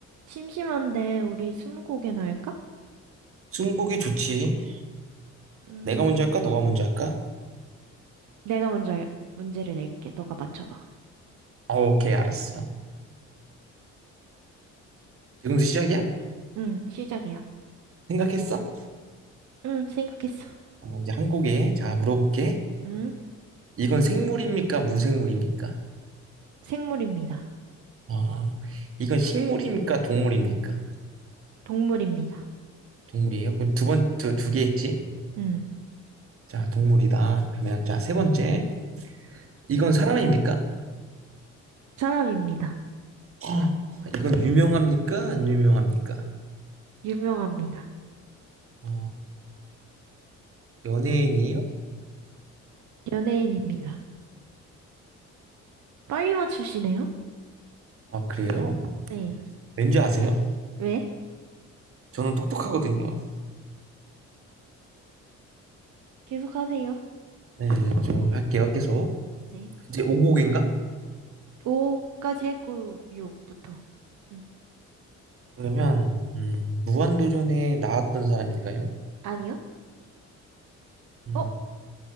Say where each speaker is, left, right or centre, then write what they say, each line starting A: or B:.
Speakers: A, on the right (about 75°); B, on the right (about 45°).
A: 심심한데 우리 스무고개나 할까?
B: 승복이 좋지.
A: 음,
B: 내가 먼저 할까? 너가 먼저 할까?
A: 내가 먼저 알- 문제를 낼게. 너가 맞춰봐.
B: 어, 오케이, 알았어. 지금부터 시작이야?
A: 응, 시작이야.
B: 생각했어?
A: 응, 생각했어.
B: 어, 이제 한 곡에, 자, 물어볼게.
A: 응,
B: 이건 생물입니까? 무생물입니까?
A: 생물입니다.
B: 어, 이건 식물입니까? 동물입니까?
A: 동물입니다.
B: 동물이에요? 그럼 두 번, 두, 두 개 했지?
A: 응,
B: 자, 동물이다. 그러면, 자, 세 번째. 이건 사람입니까?
A: 사람입니다.
B: 어, 이건 유명합니까? 안 유명합니까?
A: 유명합니다.
B: 어, 연예인이에요?
A: 연예인입니다. 빨리 맞추시네요?
B: 아, 그래요?
A: 네.
B: 왠지 아세요?
A: 왜?
B: 저는 똑똑하거든요.
A: 계속하세요.
B: 네, 좀 할게요, 계속.
A: 네.
B: 이제 5곡인가?
A: 5까지 했고 6부터. 응.
B: 그러면 음, 무한도전에 나왔던 사람인가요?
A: 아니요?
B: 음,
A: 어?